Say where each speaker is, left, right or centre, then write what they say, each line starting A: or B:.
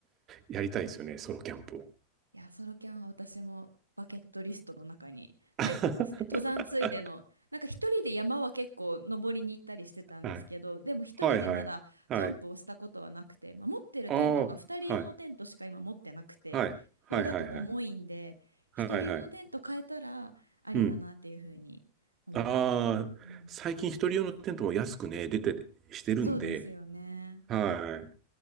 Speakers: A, on the right (about 30°); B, on the right (about 80°).
A: やりたいんですよね、ソロキャンプを。
B: いや、ソロキャンは私もバケットリストの中に入ってますね。
A: <laughs>
B: 登山ついでの、なんか一人で山は結構登りに行ったりしてたんですけど、
A: はい。
B: でも一人でまだキャンプをしたことはなくて、
A: はいはい。はい。
B: まあ、持ってるテントが二人用のテントしか今持ってなくて、
A: ああ、はい。はい。はいはいはい。
B: それだと重いんで、
A: はいはい。
B: 一人用のテント変えたらありだなっていうふうに思ってます。
A: うん。ああ、
B: うん
A: 最近一人用のテントも安くね、出て、してるんで。
B: そうですよね。
A: はい。